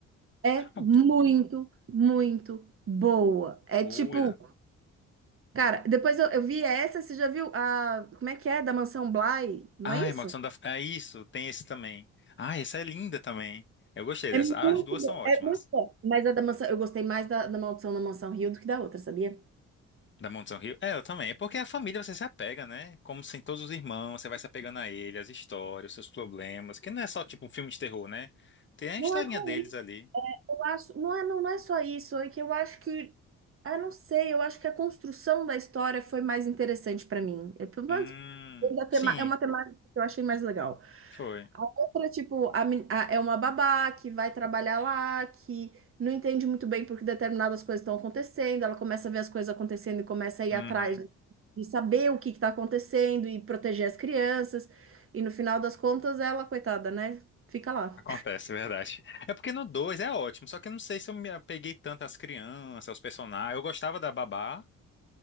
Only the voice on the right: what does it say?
É
muito,
muito boa. É
tipo, cara, depois eu, eu vi essa, você já viu a, como é que é? Da Mansão Bly, não
é isso?
É
muito
bom,
é muito bom. Mas a da mansão, eu gostei mais da, da Maldição da Mansão Rio do que da outra, sabia?
Não
é ruim.
Eu acho, não é, não, não é só isso, é que eu acho que, ah, não sei, eu acho que a construção da história foi mais interessante pra mim. Eu, pelo menos,
da tema-
é uma temática que eu achei mais legal.
A outra, tipo, a, men- a- é uma babá que vai trabalhar lá, que não entende muito bem porque determinadas coisas estão acontecendo, ela começa a ver as coisas acontecendo e começa a ir
atrás de de saber o que está acontecendo e proteger as crianças. E no final das contas, ela, coitada, né? Fica lá.